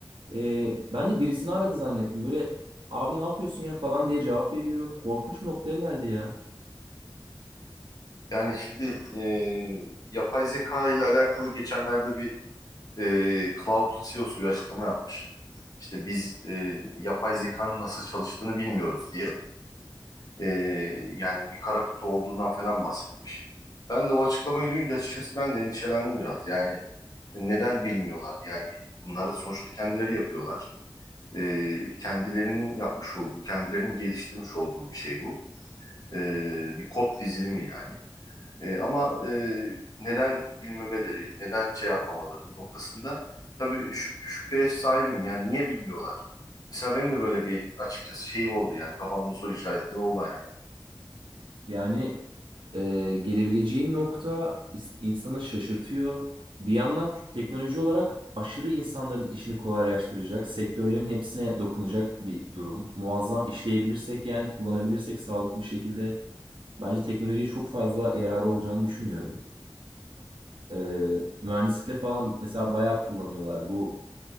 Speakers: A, on the right (about 75°); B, on the left (about 45°).
A: Ee, ben de birisini aradı zannettim. Böyle abi ne yapıyorsun ya falan diye cevap veriyor. Korkunç bir noktaya geldi ya.
B: Yani şimdi e, yapay zeka ile alakalı geçenlerde bir e, Cloud'un CEO'su bir açıklama yapmış. İşte biz e, yapay zekanın nasıl çalıştığını bilmiyoruz diye. E, yani bir kara kutu olduğundan falan bahsetmiş. Ben de o açıklamayı duyunca açıkçası ben de endişelendim biraz. Yani neden bilmiyorlar? Yani bunları sonuçta kendileri yapıyorlar. E, kendilerinin yapmış olduğu, kendilerinin geliştirmiş olduğu bir şey bu. E, bir kod dizilimi yani. E, ama e, neden bilmemeleri, neden şey yapmamaları noktasında tabii şüp- şüpheye sahibim. Yani niye bilmiyorlar? Mesela benim de böyle bir açıkçası şeyim oldu yani kafamda soru işaretleri oldu yani.
A: Yani Ee, gelebileceği nokta is- insanı şaşırtıyor. Bir yandan teknoloji olarak aşırı insanların işini kolaylaştıracak, sektörlerin hepsine dokunacak bir durum. Muazzam işleyebilirsek yani kullanabilirsek sağlıklı bir şekilde bence teknolojiye çok fazla yararı olacağını düşünüyorum. Ee, mühendislikte falan mesela bayağı kullanıyorlar bu